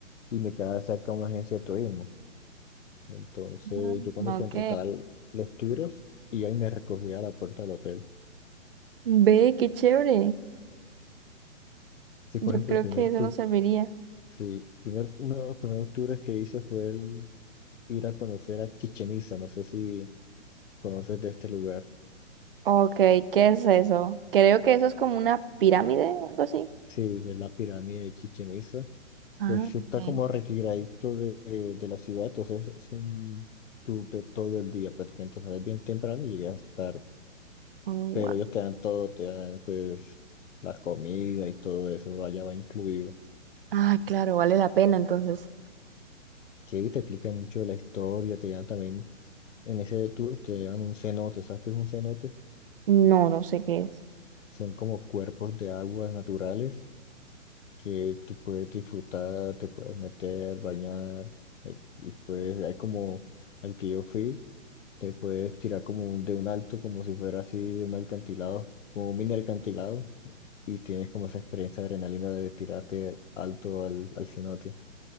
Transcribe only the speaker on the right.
Ah,
Ok.
Ve, qué chévere.
Yo
creo
que eso
nos serviría.
Ok, ¿qué es eso? Creo que eso es como una pirámide o algo así.
Ah,
ok.
Oh,
gua-
Ah, claro, vale la pena entonces.
No, no sé qué es.